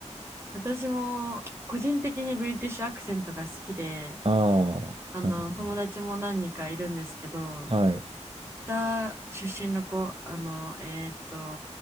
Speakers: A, on the right; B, on the right.
A: 私も個人的にブリティッシュアクセントが好きで、
B: ああ、
A: あの、
B: なるほど。
A: 友達も何人かいるんですけど、
B: はい。
A: 北出身の子、あの、えーっと、